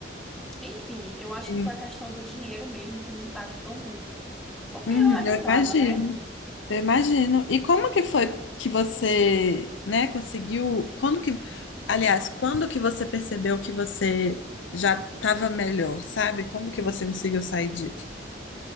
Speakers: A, in the centre; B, on the left.
A: Enfim, eu acho
B: sim.
A: que foi a questão do dinheiro mesmo que me impactou muito, porque
B: Uhum,
A: eu ajudava,
B: eu imagino.
A: né?
B: Eu imagino. E como que foi que você, né, conseguiu? Quando que, aliás, quando que você percebeu que você já estava melhor, sabe? Como que você conseguiu sair disso?